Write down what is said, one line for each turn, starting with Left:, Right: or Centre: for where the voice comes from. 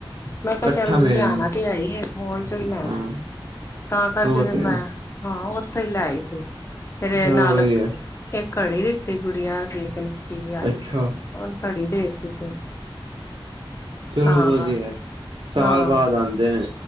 Left: ਮੈਂ
Right: ਇਕੱਠਾ
Left: ਕਿਆ ਚੱਲ
Right: ਮਿਲ
Left: ਲਿਆਣਾ ਤੇ ਹੈ ਈ ਏ ਮੋਲ ਚੋ ਈ ਲੈ ਆਈਏ।
Right: ਹਾਂ
Left: ਤਾਂ ਕਰਕੇ
Right: ਉਹ
Left: ਫੇਰ
Right: ਤੇ ਹੈ,
Left: ਮੈਂ, ਹਾਂ ਉੱਥੋ ਈ ਲੈ ਆਈ ਸੀ ਤੇ
Right: ਚਲੋ
Left: ਨਾਲ
Right: ਵਧੀਆ
Left: ਏਕ ਘੜੀ ਦਿੱਤੀ ਗੁੜੀਆ ਸੀ ਏਕ ਨਿੱਕੀ ਜੀ ਆਈ,
Right: ਅੱਛਾ
Left: ਓਨ ਘੜੀ ਦੇ ਤੀ ਸੀ।
Right: ਚਲੋ
Left: ਤਾਂ
Right: ਵਦੀਐ, ਸਾਲ
Left: ਹਾਂ
Right: ਬਾਦ ਆਂਦੇ ਨੇ।